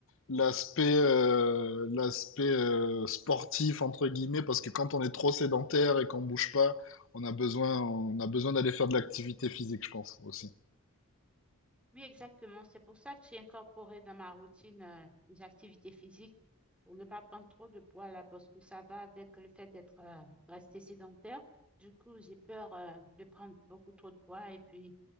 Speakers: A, on the left; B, in the centre.
A: l'aspect, euh, l'aspect euh, sportif entre guillemets, parce que quand on est trop sédentaire et qu'on bouge pas, on a besoin, on a besoin d'aller faire de l'activité physique, je pense aussi.
B: Oui, exactement. C'est pour ça que j'ai incorporé dans ma routine euh, des activités physiques pour ne pas prendre trop de poids là, parce que ça va avec le fait d'être euh, resté sédentaire. Du coup, j'ai peur euh, de prendre beaucoup trop de poids et puis